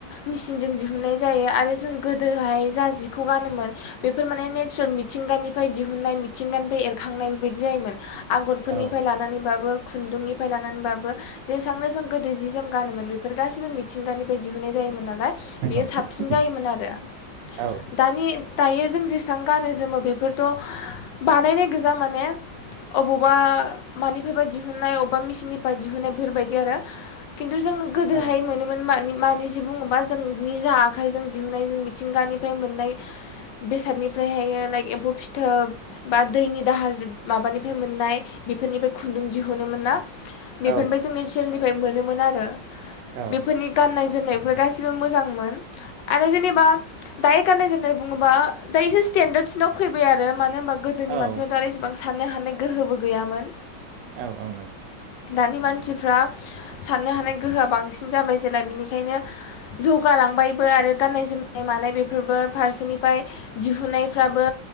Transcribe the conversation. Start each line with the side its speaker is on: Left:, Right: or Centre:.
Left: मेसिनजों दिहुननाय जायो आरो जों गोदोहाय जा जिखौ गानोमोन बेफोर माने नेचारेल मिथिंगानिफ्राय दिहुननाय मिथिंगानिफ्राय एरखांनाय बेबायदि जायोमोन। आगरफोरनिफ्राय
Right: औ
Left: लानानैबाबो खुन्दुंनिफ्राय लानानैबाबो जेसेबांनो जों गोदो जि जोम गानोमोन बे फोर गाैबो मिथिंगानिफ्राय दिहुननाय जायोमोन नालाय
Right: नंगौ
Left: बेयो साबसिन
Right: नोंथां
Left: जायोमोन आरो
Right: औ
Left: दानि दायो जों जेसेबां गानो जोमो बेफोरथ' बानायनाय गोजा माने अबावबा मानिफ्रायबा दिहुननाय अबावबा मिसिननि फाय दिहुननाय। बेफोरबायदि आरो खिन्थु जोङो गोदोहाय
Right: औ
Left: मोनोमोन मानि मानि जि बुङोबा जों निज आखाइजों दिहुननाय जों मिथिंगानिफ्राय मोननाय बेसादनिफ्रायहाय लाइक एम्फौ फिथोब बा दैनि दाहार माबानिफ्राय मोननाय बेफोरनिफ्राय खुन्दुं दिहुनो मोना। मोनबाय
Right: औ
Left: जों ओनसोलनि फ्राय मोनोमोन आरो
Right: औ
Left: बेफोरनि गाननाय जोमनायफोर गासिबो मोजांमोन आरो जेनेबा दायो गाननाय जोमनाय बुं ङो बा दा एसे सिटेनदार सिनाव फैबाय आरो मा ने होमा गोदोनि
Right: औ
Left: मानसिफोरा दा आरो एसेबां <unintelligible> थानो हानाय गोहोबो गैयामोन
Right: औ औ नांगौ
Left: दानि मानसिफ्रा साननो हानाय गोहोआ बांसिन जाबाय जेला बिनिखायनो जौगालांबायबो आरो गाननाय जोमनाय मानाय बेफोरबो फारसेनिफ्राय दिहुननायफ्राबो